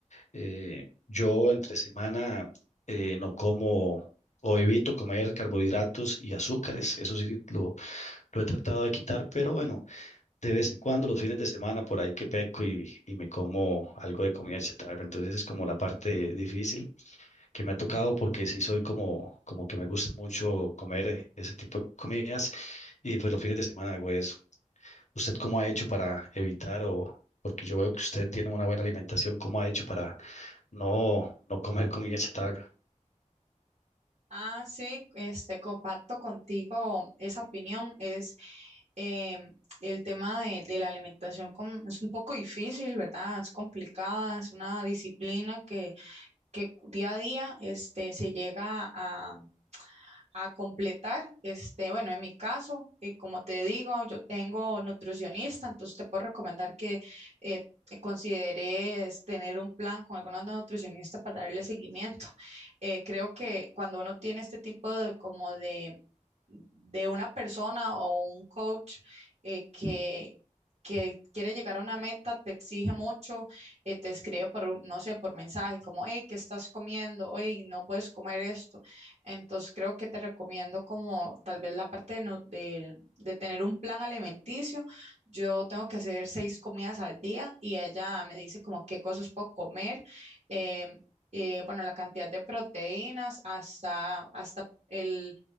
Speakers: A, on the left; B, on the right.
A: Eh, yo entre semana eh, no como o evito comer carbohidratos y azúcares. Eso sí lo, lo he tratado de quitar, pero bueno, de vez en cuando los fines de semana por ahí que peco y, y me como algo de comida chatarra. Entonces es como la parte difícil que me ha tocado porque sí soy como, como que me gusta mucho comer eh, ese tipo de comidas y pues los fines de semana hago eso. ¿Usted cómo ha hecho para evitar o... Porque yo veo que usted tiene una buena alimentación. ¿Cómo ha hecho para, no, no comer comida chatarra.
B: Ah, sí, este, comparto contigo esa opinión. Es em, el tema de, de la alimentación com- es un poco difícil, ¿verdad? Es complicada, es una disciplina que, que día a día este, se llega a, a completar. Este, bueno, en mi caso, eh, como te digo, yo tengo nutricionista, entonces te puedo recomendar que eh, te consideres tener un plan con alguna nutricionista para darle seguimiento. <laughs> Eh, creo que cuando uno tiene este tipo de como de, de una persona o un coach eh, que que quiere llegar a una meta, te exige mucho, eh, te escribe por, no sé, por mensaje, como, hey, ¿qué estás comiendo? Hey, no puedes comer esto entonces creo que te recomiendo como tal vez la parte de, no- de- de tener un plan alimenticio. Yo tengo que hacer seis comidas al día y ella me dice como qué cosas puedo comer, em, eh, bueno, la cantidad de proteínas hasta, hasta el,